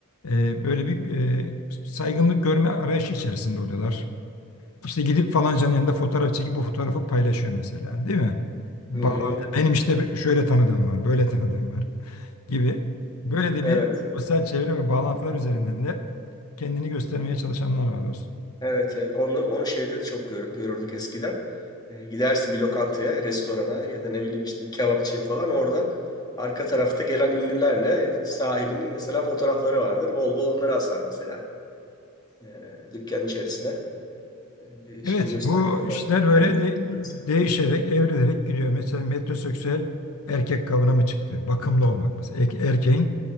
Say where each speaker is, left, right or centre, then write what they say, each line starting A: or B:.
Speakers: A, on the left (about 85°); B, on the left (about 20°).
A: E, böyle bir e, saygınlık görme arayışı içerisinde oluyorlar. İşte gidip falancanın yanında fotoğraf çekip bu fotoğrafı paylaşıyor mesela, değil mi? Bağlanıyor.
B: Hı hı.
A: Benim işte bir- şöyle tanıdığım var, böyle tanıdığım var gibi. Böyle de
B: Evet.
A: bir sosyal çevre ve bağlantılar üzerinden de kendini göstermeye çalışanlar var dostum.
B: Evet. evet. Onu, onu şeyde de çok gör- görürdük eskiden. Ee, gidersin bir lokantaya, restorana ya da ne bileyim işte bir kebapçıya falan orada arka tarafta gelen ünlülerle sahibinin mesela fotoğrafları vardır. Bol bol onları asar mesela. Ee, dükkanın içerisine. bir
A: Evet,
B: şey göstergesi
A: bu işler
B: var.
A: böyle
B: Kalite
A: de-
B: göstergesi.
A: değişerek, evrilerek gidiyor. Mesela metroseksüel erkek kavramı çıktı. Bakımlı olmak mesela. Erke- erkeğin